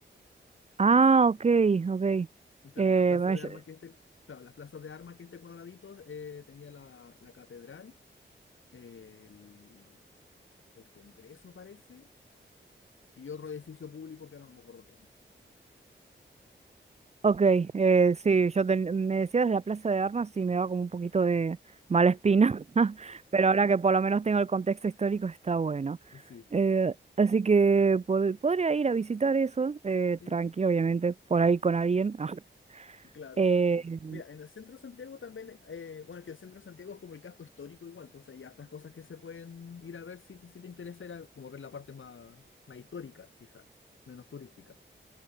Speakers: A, on the right; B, on the left.
A: Ah, ok, ok.
B: Y claro,
A: Eh,
B: y la plaza
A: bueno,
B: de
A: yo-
B: armas que este, claro, las plazas de armas que este cuadradito eh, tenía la, la catedral, el, el Congreso parece, y otro edificio público que ahora no me acuerdo qué.
A: ok, eh, sí, yo ten- me decías la Plaza de Armas y me da como un poquito de mala espina, <laughs> pero ahora que por lo menos tengo el contexto histórico está bueno.
B: Sí,
A: Eh, así que pod- podría ir a visitar eso, eh,
B: sí,
A: tranqui, obviamente, por ahí con alguien. <laughs>
B: claro.
A: Eh,
B: Mira, en el centro de Santiago también, eh, bueno, es que el centro de Santiago es como el casco histórico igual, entonces hay hartas cosas que se pueden ir a ver si, te- si te interesa, era como ver la parte más, más histórica, quizá, menos turística.